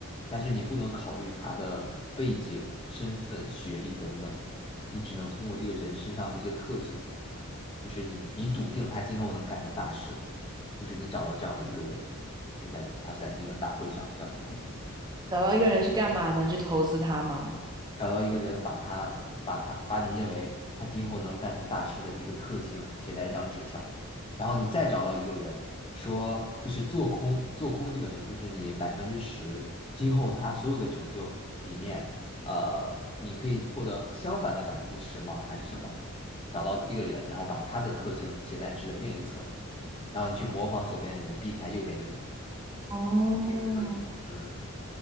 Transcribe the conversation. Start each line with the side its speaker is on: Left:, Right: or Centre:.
Left: 但是你不能考虑他的背景、身份、学历等等，你只能通过这个人身上的一些特性，就是你你笃定他今后能干成大事，就是你找到这样的一个人，就是在他在那个大会上这样讲。
Right: 找到一个人去干嘛呢？去投资他吗？
Left: 找到一个人，把他把他把你认为他今后能干成大事的这个特性写在一张纸上，然后你再找到一个人，说就是做空做空这个人，就是你百分之十今后他所有的成就里面，呃，你可以获得相反的百分之十吗？还是什么？找到这个人，然后把他的特性写在纸的另一侧，然后你去模仿左边的人，避开右边的人
Right: 哦，
Left: 这个特性，嗯，